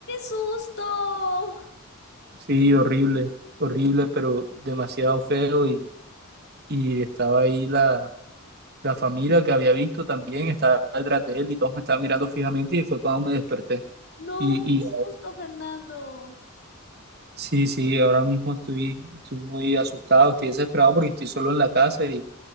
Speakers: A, on the left; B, on the right.
A: susto!
B: Sí, horrible, horrible, pero demasiado feo y, y estaba ahí la, la familia que había visto también, estaba detrás de él y todos me estaban mirando fijamente y fue cuando me desperté.
A: No,
B: Y,
A: qué susto,
B: y
A: Fernando.
B: sí, sí, ahora mismo estoy, estoy muy asustado, estoy desesperado porque estoy solo en la casa y